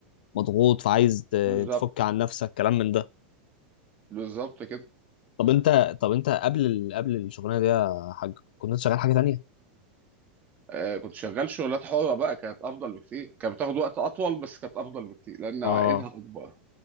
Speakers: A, on the left (about 65°); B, on the right (about 30°).
A: ومضغوط فعايز ت-
B: بالظبط
A: تفك عن نفسك كلام من ده
B: بالظبط كده
A: طب انت طب انت قبل ال... قبل الشغلانه دي يا حاج كنت شغال حاجه تانية
B: آه، كنت شغال شغلات حرة بقى كانت أفضل بكتير كانت بتاخد وقت أطول بس كانت أفضل بكتير لأن
A: اه
B: عائدها أكبر